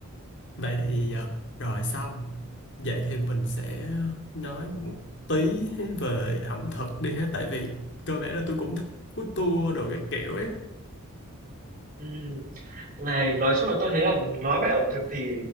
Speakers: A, on the left; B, on the right.
A: Vậy thì à, rồi xong. Vậy thì mình sẽ nói một tí về ẩm thực đi ha. Tại vì cơ bản là tôi cũng thích food tour đồ cái kiểu ấy.
B: ừ. này nói chung là tôi thấy là nói về ẩm thực thì